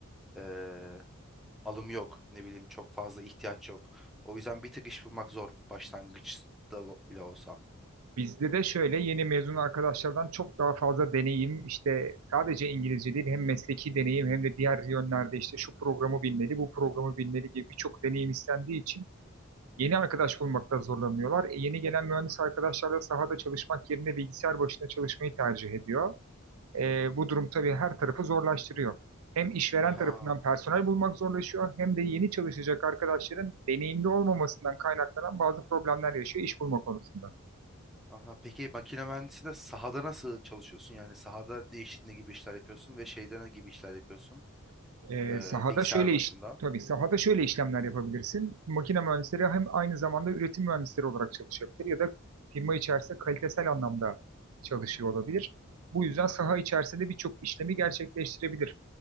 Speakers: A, in the centre; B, on the right.
A: E, alım yok ne bileyim çok fazla ihtiyaç yok. O yüzden bir tık iş bulmak zor başlangıçta bile olsa.
B: Bizde de şöyle yeni mezun arkadaşlardan çok daha fazla deneyim işte sadece İngilizce değil hem mesleki deneyim hem de diğer yönlerde işte şu programı bilmeli bu programı bilmeli gibi birçok deneyim istendiği için yeni arkadaş bulmakta zorlanıyorlar. E, yeni gelen mühendis arkadaşlar da sahada çalışmak yerine bilgisayar başında çalışmayı tercih ediyor. E, bu durum tabii her tarafı zorlaştırıyor. Hem işveren
A: Aha.
B: tarafından personel bulmak zorlaşıyor hem de yeni çalışacak arkadaşların deneyimli olmamasından kaynaklanan bazı problemler yaşıyor iş bulma konusunda.
A: Aha, peki makine mühendisi de sahada nasıl çalışıyorsun? Yani sahada ne iş, ne gibi işler yapıyorsun ve şeyden ne gibi işler yapıyorsun?
B: Ee,
A: Ee,
B: sahada
A: bilgisayar
B: şöyle iş,
A: başında.
B: tabii sahada şöyle işlemler yapabilirsin. Makine mühendisleri hem aynı zamanda üretim mühendisleri olarak çalışabilir ya da firma içerisinde kalitesel anlamda çalışıyor olabilir. Bu yüzden saha içerisinde birçok işlemi gerçekleştirebilir.